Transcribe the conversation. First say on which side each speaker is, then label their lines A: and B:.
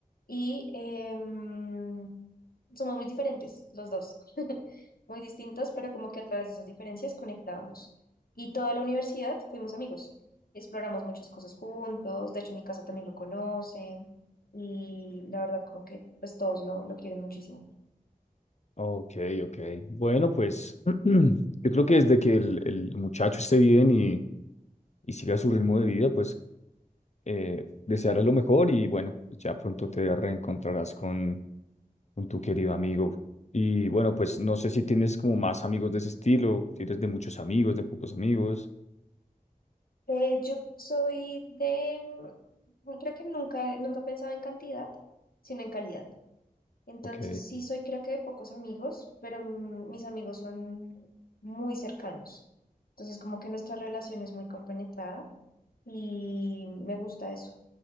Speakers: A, on the left; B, on the left.
A: Y em, somos muy diferentes, los dos, <laughs> muy distintos, pero como que a través de esas diferencias conectábamos. Y toda la universidad fuimos amigos, exploramos muchas cosas juntos, de hecho en mi casa también lo conocen y la verdad como que pues todos lo, lo quieren muchísimo.
B: Ok, ok. Bueno, pues <clears throat> yo creo que desde que el, el muchacho esté bien y, y siga su ritmo de vida, pues eh, desearle lo mejor y bueno, ya pronto te reencontrarás con, con tu querido amigo. Y bueno, pues
A: Sí.
B: no sé si tienes como más amigos de ese estilo, si eres de muchos amigos, de pocos amigos.
A: Eh, yo soy de, mm, creo que nunca, nunca pensaba en cantidad, sino en calidad. Entonces,
B: Ok.
A: sí soy creo que de pocos amigos, pero mm, mis amigos son muy cercanos. Entonces, como que nuestra relación es muy compenetrada y me gusta eso.